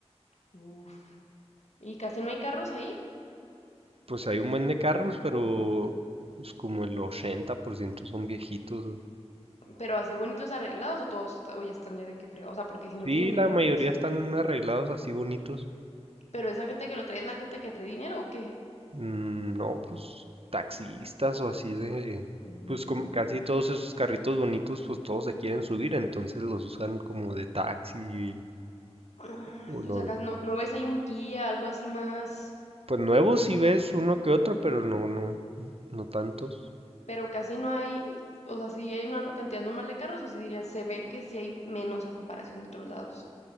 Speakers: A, on the left; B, on the right.
A: uff, y casi no hay carros ahí,
B: Pues hay un buen de carros, pero pues como el 80% son viejitos. güey.
A: pero así bonitos arreglados, o todos, ta- o ya están ya de que frega, o sea, porque si no
B: Sí,
A: tienen
B: la
A: dinero,
B: mayoría
A: pues.
B: están arreglados así bonitos.
A: Pero esa gente que lo trae es la gente que trae dinero, ¿o qué?
B: Mm, No, pues taxistas o así de...
A: Mm,
B: Pues como casi todos esos carritos bonitos, pues todos se quieren subir, entonces los usan como de taxi
A: no manches,
B: o los
A: o sea, acá no, no ves ahí un Kia, algo así más,
B: Pues nuevos sí ves uno que otro, pero no, no, no tantos.
A: pero casi no hay, o sea, sí hay una cantidad normal de carros, o sí diría, se ve que sí hay menos a comparación de otros lados.